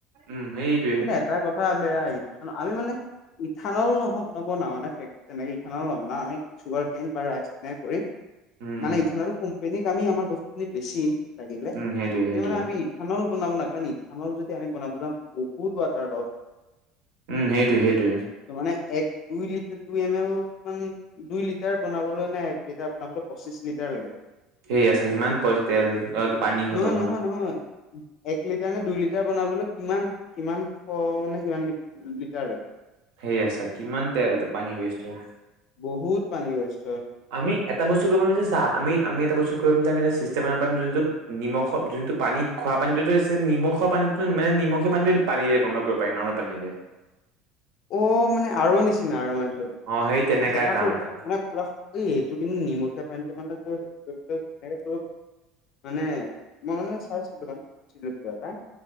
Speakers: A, on the right (about 75°); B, on the left (about 55°).
A: উম সেইটোৱে
B: কিন্তু এটা কথা বেয়া ইথানল আমি মানে ইথানল নহ নবনাও মানে ফে তেনেকে ইথানল নবনাও আমি চুগাৰ কেন বা ৰাইচ তেনে কৰিম
A: উম।
B: মানে ইথানল কোম্পেনী আমি আমাৰ বস্তুখিনি বেছিম লাগিলে
A: উম, সেইটোৱে
B: কিন্তু
A: সেইটোৱে
B: মানে আমি ইথানল বনাব নাই কাৰণ ইথানল যদি আমি বনাব যাওঁ বহুত ৱাটাৰ লছ হব
A: উম সেইটোয়ে সেইটোয়ে
B: মানে এক দুই লিটাৰ দুই এম এল মান দুই লিটাৰ বনাবলৈ নে এক লিটাৰ বনাবলৈ পঁচিশ লিটাৰ লাগে
A: সেই আ চা ইমান পই তেল অ পানী খতম
B: নহয় নহয়
A: হয়
B: নহয় এক লিটাৰ নে দুই লিটাৰ বনাবলৈ কিমান কিমান শ মানে কিমান লিটাৰ লাগে
A: সেই আছা কিমান তে এটা পানী ৱেষ্ট হয়
B: বহুত পানী হৈছে।
A: আমি এটা বস্তু কৰিব লৈছো চা আমি আমি এটা বস্তু কৰিম যে আমি এটা ষ্টেমাৰ পাৰিম যোনটো নিমখৰ যোনটো পানী খোৱা পানীটোতো এক্সলি নিমখৰ পানীতো মানে, নিমখীয়া পানীটো পানী দিয়ে কমে কৰিব পাৰিম নহয় টানি নিলে।
B: অ' মানে আৰৰ নিচিনা আৰু মানে ধৰিলোৱা।
A: অ', সেই তেনেকা
B: চেফা
A: কাম
B: কৰি
A: এটা
B: মানে পুৰা এই এইটো কিন্তু নিমখীয়া পানীটো মানে তোৰ ধুনীয়াকে কৰিব মানে মই মানে চাইছিলোঁ মানে চিলতিয় এটা।